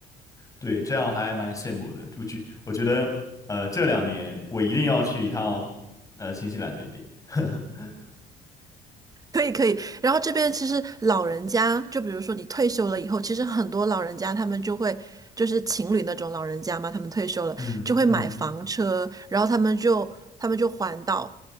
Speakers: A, on the left; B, on the right.
A: 对，这样还蛮羡慕的。我觉我觉得，呃，这两年我一定要去一趟，呃，新西兰那边。<laughs>
B: 可以可以，然后这边其实老人家，就比如说你退休了以后，其实很多老人家他们就会就是情侣那种老人家嘛，他们退休了就会买房车，
A: 嗯嗯，
B: 然后他们就他们就环岛，